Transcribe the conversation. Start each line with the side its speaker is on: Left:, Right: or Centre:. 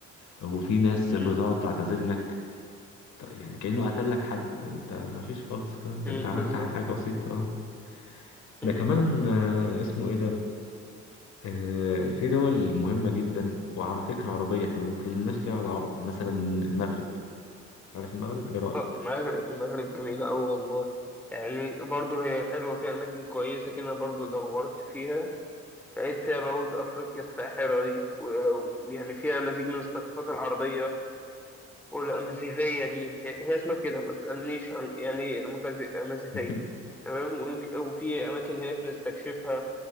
Left: وفي ناس
Centre: مم.
Left: بتقعد تعتذر لك ط- يعني كأنه قتل لك حد انت ما فيش خالص الكلام ده
Centre: مم،
Left: انت عملت
Centre: بالظبط
Left: حاجة بسيطة اه ده
Centre: مم.
Left: كمان آه، اسمه ايه ده آه، في دول مهمة جدا وعلى فكرة عربية احنا ما اتكلمناش ليه على العرب مثلا المغرب عارف المغرب ايه رأيك؟
Centre: آه، المغرب المغرب جميلة أوي والله يعني برضه هي حلوة فيها أماكن كويسة كده أنا برضه دورت فيها لقيت فيها بعود أفريقيا الساحرة دي و- ويعني فيها مزيج من الثقافات العربية والأمازيغية دي هي هي اسمها كده ما تسألنيش عن يعني إيه أمازي- أمازيغية
Left: <laughs>
Centre: تمام ويمكن- وفي أماكن هناك نستكشفها